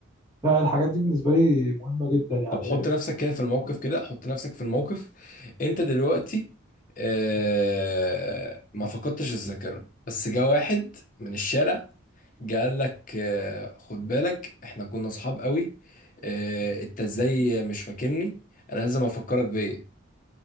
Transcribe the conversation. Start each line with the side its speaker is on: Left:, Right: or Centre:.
Right: فالحاجات دي بالنسبه لي مهمه جدا يعني
Left: طب حط نفسك كده في الموقف كده حط نفسك في الموقف انت دلوقتي آه... ما فقدتش الذاكرة بس جه واحد من الشارع قال لك آه، خد بالك احنا كنا اصحاب قوي آه، انت ازاي مش فاكرني انا لازم افكرك بايه